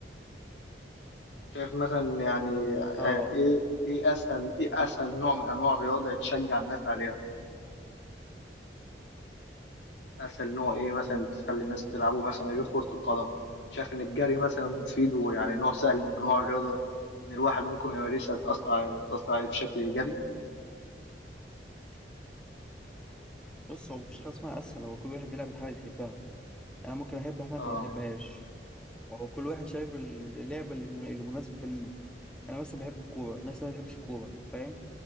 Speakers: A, on the left; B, in the centre.
A: شايف مثلا يعني آه،
B: اه
A: ايه ايه اسهل ايه اسهل نوع من انواع الرياضه يتشجع الناس عليها اسهل نوع ايه مثلا تخلي الناس تلعبه مثلا غير كرة القدم شايف ان الجري مثلا مفيد ويعني نوع سهل من انواع الرياضة ان الواحد ممكن يمارسها تأثر عليه تأثر عليه بشكل ايجابي
B: بص هو مفيش حاجه اسمها اسهل هو كل واحد بيلعب الحاجه اللي بيحبها انا ممكن احب حاجه
A: اه
B: انت ما تحبهاش هو كل واحد شايف ال- اللعبه اللي من- اللي مناسبه ليه انا مثلا بحب الكوره ناس ما بتحبش الكوره فاهم